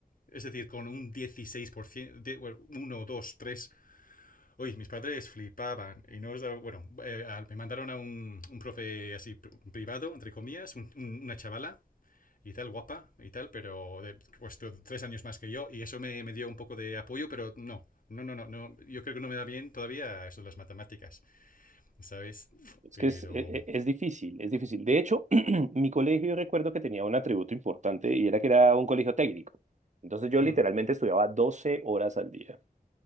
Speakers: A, on the left; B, on the right.
A: es decir, con un 16%, de, bueno, uno dos tres Oye, mis padres flipaban. Y no os daba- bueno, eh, me mandaron a un, un profe así privado, entre comillas, un- un- una chavala y tal, guapa y tal, pero de, pues tres años más que yo. Y eso me, me dio un poco de apoyo, pero no. No, no, no, no. Yo creo que no me da bien todavía eso de las matemáticas, ¿sabes?
B: Es
A: Pero.
B: que es, e- e- es difícil, es difícil. De hecho, <clears throat> mi colegio yo recuerdo que tenía un atributo importante y era que era un colegio técnico. Entonces yo
A: mm,
B: literalmente estudiaba 12 horas al día.